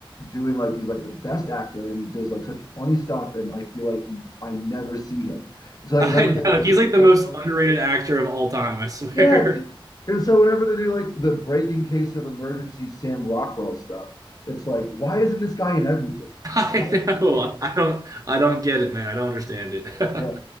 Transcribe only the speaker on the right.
I
know
he's like the
most
underrated actor of all time, I swear.
<laughs> I
know.
I don't I don't get it, man. I don't understand it. <laughs>